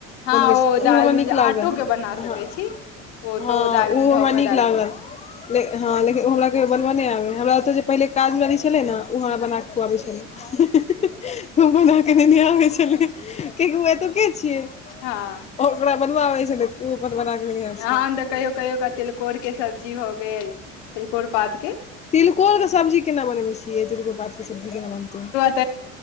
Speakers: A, on the left; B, on the left.
A: हँ
B: बनबै छी तऽ ओ
A: दालिमे
B: हमरा नीक
A: जे
B: लागय
A: आटोके बना सकै
B: हं
A: छी ओ तऽ
B: हँ
A: दालिमे
B: ओ हमरा
A: धऽ कऽ
B: नीक
A: दालि
B: लागल
A: बना कऽ
B: लेक हँ लेकिन ओ हमरा कहियो बनबई नहि आबेै हमरा ओत पहिले काज मे छले ना ओ हमरा
A: हँ
B: बनाकऽ खुआबै छलै हम बना कऽ नेने आबे छलिये कि कि ऊ एत के छिये और
A: हँ
B: ओकरा बनबबै छलै तऽ ओ अपन बनाकऽ लेने आबे छलै
A: हम तऽ कहियो कहियो क तिलकोर के सब्जी भऽ गेल तकोर पात के।
B: तिलकोरक सब्जी केना बनबे छियै तिलकोर पातके सब्जी केना बनतय?
A: <inaudible>